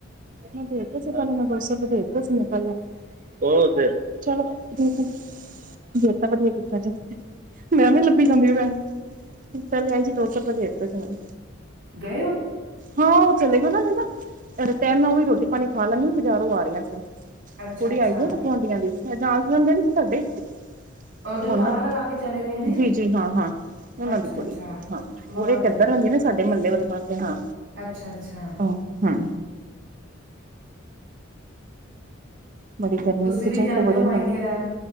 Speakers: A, on the right; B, on the right.
A: ਮੈ ਦੇਤੇ ਸੀ ਪਹਲੇ ਮੈਂ ਢੇੜ ਸੌ ਰੂਪੇ ਪਹਿਲੇ। ਬਹੁ ਵਧੀਆ ਚਲੋ ਫੇਰ ਚਲੋ, ਦੇਤਾ ਵਧੀਆ ਕੀਤਾ ਜੇ। ਮੈਂ ਵੀ ਲੱਭੀ ਜਾਦੀ ਬੈਂ। ਪਹਿਲੇ ਆਈ ਸੀ ਦੋ ਸੌ ਰੁਪਏ ਦੇ ਇੱਕ ਵਾਰ।
B: ਗਣੇ ਓਹ।
A: ਹਾਂ, ਉਹ ਚਲੇ ਗਏ ਨਾ, ਉਨਾਂ ਨੇ ਨਾ ਟਾਈਮ ਨਾਲ ਉਹ ਵੀ ਰੋਟੀ -ਪਾਣੀ ਖਾ ਲੈਂਦੇ, ਬਜ਼ਾਰ ਉਹ ਆ ਰਹੀਆਂ ਸੀ।
B: ਅੱਛਾ
A: ਕੁੜੀ
B: ਅੱਛਾ
A: ਆਈ ਦੀ ਨਾ ਗੁਆਂਢੀਆਂ ਦੀ ਅ। ਨਾਲ ਰਹਿਦੀ ਸੀ ਸਾਡੇ। ਹੋ
B: ਉਹ ਜੋ
A: ਨਾ
B: ਤਾਲਾ ਲਗਾ ਕੇ ਚਲੇ ਗਏ ਨੇ
A: ਜੀ, ਜੀ ਹਾਂ, ਹਾਂ ਉਹਨਾਂ
B: ਅੱਛਾ-ਅੱਛਾ,
A: ਦੀ ਕੁੜੀ ਹਾਂ।
B: ਮੰਮਾ
A: ਉਹ ਇਹ ਕਿੱਧਰ ਰਹਿੰਦੀ ਨਾ ਸਾਡੇ ਮਹੱਲੇ ਵਾਲੇ ਪਾਸੇ ਹਾਂ।
B: ਅੱਛਾ -ਅੱਛਾ।
A: ਹੂੰ, ਹਾਂ। ਬੜੀ ਗਰਮੀ
B: ਤੁਸੀਂ
A: ਕਿਚਨ
B: ਵੀ ਜਾਂਦੇ
A: ਤੇ ਵਾੜਯਾ
B: ਹੋ ਮਾਇਕੇ
A: ਨਹੀ
B: ਰਹਿਣ